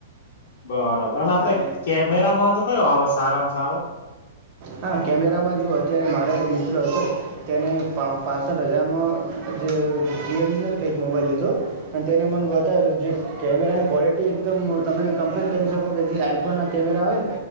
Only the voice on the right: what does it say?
<inaudible>
હા કેમેરામાં જો અત્યારે મારો એક મિત્ર હતો. તેને પા પાંસઠ હજારમાં જે રીયલમી નો કંઈક મોબાઈલ લીધો. અને તેને મને વધારે જે કેમેરા ક્વોલિટી એકદમ તમે કમ્પેર કરી શકો કે જે આઈ ફોન ના કેમેરા આવે.